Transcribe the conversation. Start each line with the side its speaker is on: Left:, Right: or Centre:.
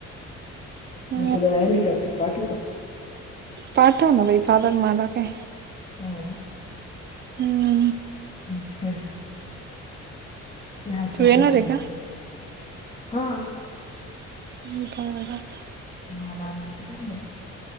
Right: अ
Left: म तुला हेलिकॉप्टर पाठवू का?
Right: पाठव ना बाई चालल माला काय
Left: हो.
Right: हम्म.
Left: <unintelligible> नाय काय
Right: तू येणार
Left: अजून काय
Right: आहे
Left: म्हणती
Right: का
Left: हा.
Right: <unintelligible> आता
Left: मला आमंत्रण नाही